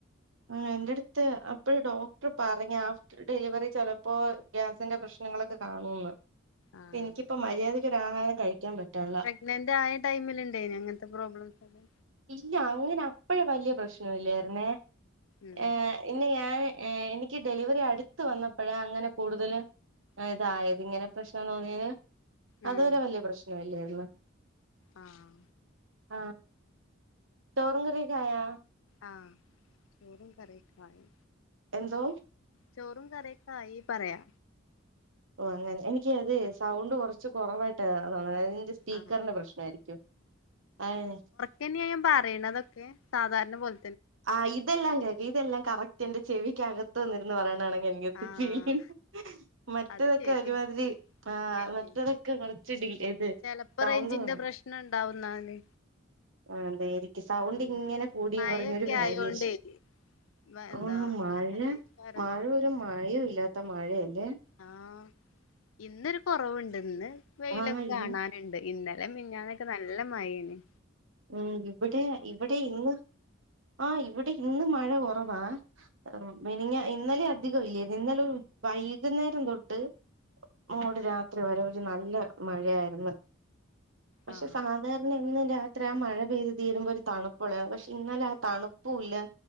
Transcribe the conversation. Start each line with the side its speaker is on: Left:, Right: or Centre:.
Right: ആഹ് എന്റെടുത്ത് അപ്പഴ് ഡോക്ടർ പറഞ്ഞാ ആഫ്റ്റർ ഡെലിവറി ചെലപ്പോ ഗ്യാസിന്റെ പ്രശ്നങ്ങളൊക്കെ കാണുന്ന്
Left: ആഹ്
Right: എനിക്കിപ്പോ മര്യാദക്ക് ആഹാരം കഴിക്കാൻ പറ്റാണ്ള്ള
Left: പ്രെഗ്നന്റ് ആയ ടൈമിൽണ്ടായിനാ ഇങ്ങനത്തെ പ്രോബ്ലെംസൊക്കെ
Right: ഇല്ല അങ്ങനെ അപ്പോഴെ വല്യ പ്രശ്നവില്ലായിരുന്നേ
Left: ഉം
Right: ഏഹ് പിന്നെ ഞാന് ഏഹ് എനിക്ക് ഡെലിവറി അടുത്ത് വന്നപ്പോഴ അങ്ങനെ കൂടുതലും
Left: ഉം
Right: ഇതായത് ഇങ്ങനെ പ്രശ്നം തോന്നിയത്
Left: ഉം
Right: അതുവരെ വല്യ പ്രശ്ന ഇല്ലേര്ന്നു.
Left: ആഹ്
Right: ആഹ് ചോറുങ്കറിയൊക്കെ ആയ
Left: ആഹ് ചോറും കറിയൊക്കായി
Right: എന്തോ
Left: ചോറും കറിയൊക്കെ ആയി പറയാ
Right: ഓഹ് അങ്ങനെ എനിക്ക് അത്
Left: ആഹ്
Right: സൗണ്ട് കൊറച്ച് കൊറവായിട്ട് തോന്നേണ് അതാണ് അതിന്റെ സ്പീക്കർന്റെ
Left: ആഹ്
Right: പ്രശ്നായിരിക്കും അത് എങ്ങനെ
Left: പിന്നെയെ പറയണതൊക്കെ സാധാരണ പോൽ
Right: ആഹ് ഇതെല്ലാം കേക്കാ ഇതെല്ലാം കറക്റ്റ് എന്റെ ചെവിക്കകത്ത് നിന്ന് പറയണ ആണെങ്കി ഇങ്ങൻത്തെ
Left: ആഹ്
Right: ഫീൽ മറ്റതൊക്കെ
Left: അത് ശരി
Right: ഒരുമാതിരി ആഹ്
Left: ഏഹ്
Right: മറ്റതൊക്കെ കൊറ ച്ചിറ്റകിൽ ഏത്
Left: ചെലപ്പോ
Right: സൗണ്ട്
Left: റേഞ്ചിന്റെ
Right: കൊറഞ്ഞ
Left: പ്രശ്നം ഉണ്ടാവുന്നാല്
Right: ആഹ് അതായിരിക്കും സൗണ്ട്
Left: ആഹ്
Right: ഇങ്ങനെ കൂടിയും
Left: മഴയൊക്കെ
Right: കൊർഞ്ഞൊരു വാരിയേഷൻ
Left: ആയോണ്ടേ വ- എന്താ
Right: ഉം മഴ
Left: അതേക്കാരം
Right: മഴ് ഒരു മയൊല്ലാത്ത മഴയല്ലേ
Left: ആഹ് ഇന്നൊരു കൊറവുണ്ട് ഇന്ന് വെയിലൊക്കെ
Right: ആ ഇന്ന്
Left: കാണാനുണ്ട് ഇന്നലെ മിഞ്ഞാന്നൊക്കെ നല്ല മഴേന്ന്
Right: ഉം ഇവിടെ ഇവിടെ ഇന്ന് ആഹ് ഇവിടെ ഇന്ന് മഴ കൊറവാ ആഹ് മിൻഞ്ഞാ ഇന്നലെ അധികം ഇല്ലേനി ഇന്നലെ ഒരു ഉ വൈകുന്നേരം തൊട്ട് മൂട് രാത്രി വരെ ഒരു നല്ല മഴയായിരുന്നു പക്ഷെ
Left: ആഹ്
Right: സാധാരണ എന്നും രാ ത്രി മഴ പെയ്തി തീരുമ്പോ ഒരു തണുപ്പുള്ളത പക്ഷെ ഇന്നലെ ആഹ് തണുപ്പു ഇല്ല